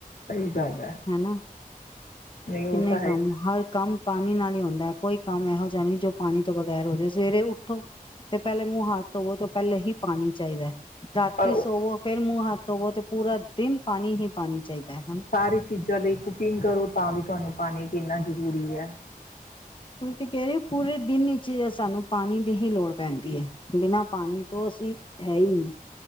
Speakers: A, on the left; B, on the left.
A: ਸਹੀ ਗੱਲ ਹੈ
B: ਹਨਾ
A: ਨਹੀਂ ਉਹ
B: ਕਿੰਨੇ
A: ਤਾਂ
B: ਕੰਮ
A: ਹੈ
B: ਹਰ ਕੰਮ ਪਾਣੀ ਨਾਲ ਹੋੜਾ ਵੀ। ਹੁੰਦਾ ਕੋਈ ਕੰਮ ਇਹੋ ਜਿਹਾ ਨਹੀਂ ਜੋ ਪਾਣੀ ਤੋਂ ਬਗੈਰ ਹੋ ਜਾਵੇ ਸਵੇਰੇ ਉੱਠਕ। ਠ ਤੇ ਪਹਿਲੇ ਮੂੰਹ ਹੱਥ ਧੋਵੋ ਤੇ ਪਹਿਲੇ ਹੀ ਪਾਣੀ ਚਾਹੀਦਾ। ਰਾਤੀ
A: ਪਰ ਉਹ
B: ਸੋਵੋ ਫੇਿਰ ਮੂੰਹ ਹੱਥ ਬਹੁ ਤੇ ਪੂਰਾ ਦਿਨ। ਪਾਣੀ ਹੀ ਪਾਣੀ ਚਾਹੀਦਾ ਹੈ
A: ਸਾਰੀ ਚੀਜ਼ਾਂ ਲਈ ਕੁਕਿੰਗ ਕਰੋ ਤਾਂ ਵੀ ਤੁਹਾਨੂੰ ਪਾਣੀ ਕਿੰਨਾ ਜ਼ਰੂਰੀ ਹੈ
B: ਹੁ ਤੇ ਕਹਿ ਰਹੀ ਪੂਰੇ ਦਿਨ ਹੀ ਚ ਸਾਨੂੰ ਪਾਣੀ ਦੀ ਹੀ ਲੋੜ ਪੈਂਦੀ ਹੈ ਬਿਨਾਂ ਪਾਣੀ ਤੋਂ ਅਸੀਂ ਹੈ ਹੀ ਨਹੀ